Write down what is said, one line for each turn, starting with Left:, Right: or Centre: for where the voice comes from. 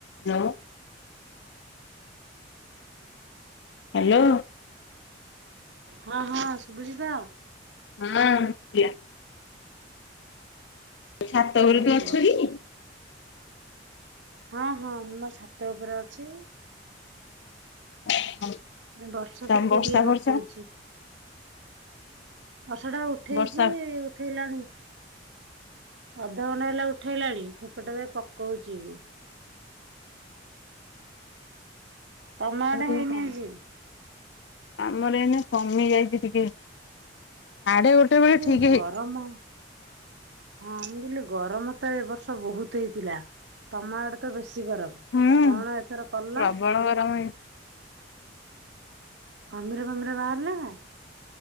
Left: Hello. Hello.
Right: ହଁ ହଁ ସୁଭୁଚି ତ?
Left: ହଁ। ଛାତ ଘରେ
Right: କୁହ
Left: ତୁ
Right: କୁହ
Left: ଅଛୁ କି?
Right: ହଁ ହଁ ମୁଁ ଛାତ ଉପରେ ଅଛି।
Left: <inaudible>
Right: ଏ ବର୍ଷା
Left: ତମ
Right: ଟିକେ
Left: ବର୍ଷା
Right: ଟିକେ ପକଉଚି।
Left: ଫର୍ଷା
Right: ବର୍ଷା ଟା ଉଠେଇଚି
Left: ବର୍ଷା
Right: ଉଠେଇଲାଣି। ଅଧଘଣ୍ଟେ ହେଲା ଉଠେଇଲାଣି ଠୋପେ ଠୋପେ ପକଉଛି ବି ତମ
Left: ଆମର
Right: ଆଡେ
Left: ଟିକେ
Right: ହେଇନି
Left: କମ୍।
Right: ଆଜି?
Left: ଆମର ଏଇନେ କମି ଯାଇଛି ଟିକେ। ଡେ ଗୋଟେ ବେଳେ
Right: ଯୋଉ
Left: ଠିକ
Right: ଗରମ
Left: ହେଇ
Right: ହଁ ମୁଁ କହିଲି ଗରମ ତ ଏ ବର୍ଷ ବହୁତ ହେଇଥିଲା ତମ ଆଡେ ତ ବେ ଶୀ ଗରମ
Left: ହୁଁ
Right: କଣ ଏଥର କଲ?
Left: ପ୍ରବଳ ଗରମ ହେଇ
Right: ଘମିର ଫମିର ବାହାରିଲା ନା?